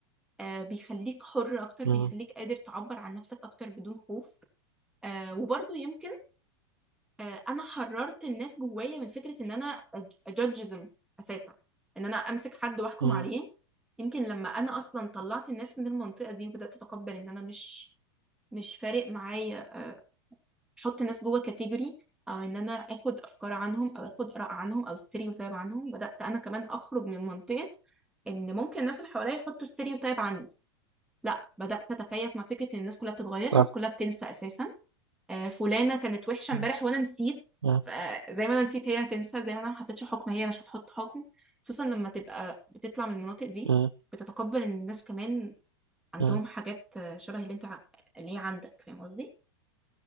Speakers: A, in the centre; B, on the right.
A: آه بيخليك حر أكتر
B: مم.
A: بيخليك قادر تعبر عن نفسك أكتر بدون خوف آه وبرضه يمكن آه أنا حررت الناس جوايا من فكرة إن أنا أجادجزم أساسا إن أنا أمسك حد وأحكم
B: مم.
A: عليه يمكن لما أنا أصلا طلعت الناس من المنطقة دي وبدأت أتقبل إن أنا مش مش فارق معايا احط ناس جوه كاتيجوري او ان انا اخد افكار عنهم او اخد اراء عنهم او ستيريوتايب عنهم بدات انا كمان اخرج من منطقه ان ممكن الناس اللي حواليا يحطوا ستيريوتايب عني لا بدات اتكيف مع فكره ان الناس كلها بتتغير
B: صح
A: الناس كلها بتنسى اساسا آه، فلانه كانت وحشه امبارح
B: مم.
A: وانا نسيت
B: مم.
A: فزي ما انا نسيت هي هتنسى زي ما انا ما حطيتش حكم هي مش هتحط حكم خصوصا لما تبقى بتطلع من المناطق دي
B: مم.
A: بتتقبل ان الناس كمان عندهم
B: مم.
A: حاجات آه، شبه اللي انت ع- اللي هي عندك فاهم قصدي؟